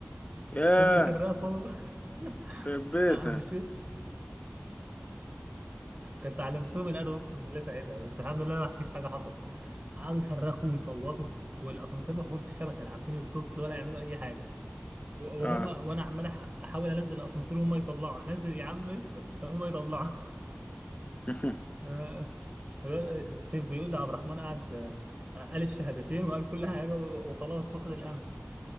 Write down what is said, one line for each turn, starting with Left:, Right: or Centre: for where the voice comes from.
Left: ياه
Right: فضلوا يسرقوا
Left: خرب
Right: <laughs>
Left: بيتك
Right: المشكلة كنت علمتهم الادب اقسم بالله ساعتها بس الحمد لله ما فيش حاجه حصلت قعدوا يصرخوا ويصوتوا والاسانسير ما فيهوش شبكه لا عارفين يتصلوا ولا يعملوا اي حاجه و- وهم
Left: اه
Right: وانا عمال أح- احاول انزل الاسانسير وهم يطلعوا انزل يا عم اسكت هم يطلعوا <laughs>
Left: <laughs>
Right: آه، الواد السيف بيقول لي عبد الرحمن قعد آه، قال الشهادتين وقال كل حاجه و- وخلاص فقد الامل